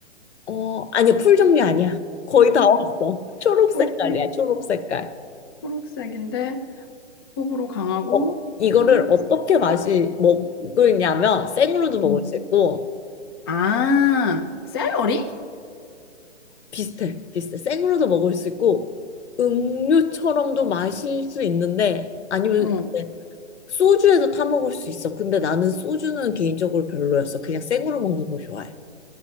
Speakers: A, on the left; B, on the left.
A: 어, 아니야. 풀 종류 아니야. 거의 다 왔어. 초록
B: 초록색,
A: 색깔이야. 초록 색깔.
B: 초록색인데 호불호 강하고
A: 어, 이거를
B: 초록,
A: 어떻게 맛이 먹느냐면 생으로도 먹을
B: 음.
A: 수 있고
B: 아, 샐러리?
A: 비슷해 비슷해 생으로도 먹을 수 있고 음료처럼도 마실 수 있는데 아니면
B: 어,
A: 소주에도 타 먹을 수 있어 근데 나는 소주는 개인적으로 별로였어 그냥 생으로 먹는 거 좋아해